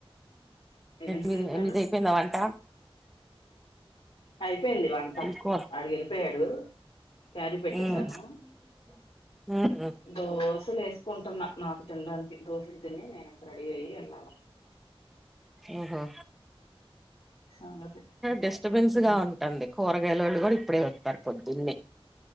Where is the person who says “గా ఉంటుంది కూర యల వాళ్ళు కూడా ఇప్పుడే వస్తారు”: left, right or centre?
Centre